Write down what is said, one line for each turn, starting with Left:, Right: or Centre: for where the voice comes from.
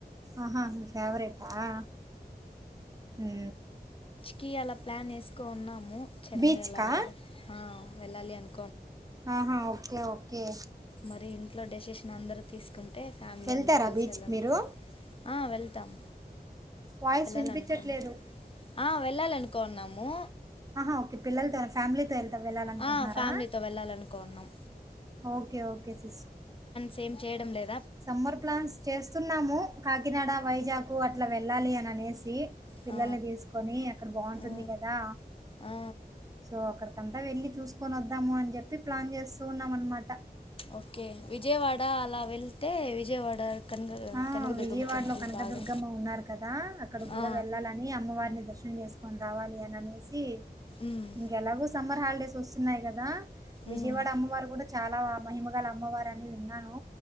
Right: ఆహాహ్ ఫేవరెట్ ఆ ఊ
Left: కి అలా ప్లాన్ వేసుకోన్నాం ము చెన్నై
Right: బీచ్‌కా?
Left: అలా వెళ్ళి ఆ వెళ్ళాలి అను
Right: ఆహా ఓకే ఓక్ కే
Left: మరి ఇంట్లో డెసస్ న అందరు తీసుకుంటే ఫ్యామిలీ
Right: వెళ్తారా
Left: అందరూ కలిసి
Right: బీచ్‌కి
Left: వెళ్ళాలని
Right: మీరు?
Left: అనుకున్ ఆ వెళ్తాం
Right: వాయిస్
Left: వెళ్ళాలనుకోను
Right: వినిపించట్లేదు
Left: ఆ వెళ్ళాల అనుకోన్నాము
Right: ఆహా ఓకే పిల్లలతో ఫ్యామిలీ వెళ్తా వెళ్ళాలి అనుకుంటున్నారా
Left: ఆ ఫ్యామిలీతో వెళ్ళాలనుకున్నాం
Right: ఓకే ఓకే సిస్
Left: సేమ్ చేయడం లేదు
Right: సమ్మర్ ప్లాన్స్ చేస్తున్నాము కాకినాడ వైజాకు అట్ ట్లా వెళ్ళాలి అని అనేసి పిల్లల్ని
Left: ఆ
Right: తీసుకొని అక్కడ బాగుంటుంది
Left: ఆ
Right: కదా
Left: ఆ
Right: సో అక్కడ అంతా వెళ్లి చూసుకొని వద్దాము అని చెప్పి ప్లాన్ చేస్తూ ఉన్నాం అన్ మాట
Left: ఓకే విజయవాడ అలా వెళ్తే విజయవాడ కనక
Right: ఆ
Left: కనకదుర్గమ్మ
Right: విజయవాడలో
Left: టెంపుల్
Right: కనకదుర్గమ్మ
Left: బాగా
Right: ఉన్నారు కదా అక్కడ కూడా
Left: ఆ
Right: వెళ్ళాలని అమ్మవారిని దర్శనం చేసు కొని రావాలి అని అనేసి
Left: మ్మ్
Right: ఇంకా ఎలాగో సమ్మర్ హాలిడేస్ వస్తున్నాయి కదా విజయవాడ
Left: మ్మ్
Right: అమ్మవారు కూడా చాలా మహిమగల అమ్మవారు అని విన్నాను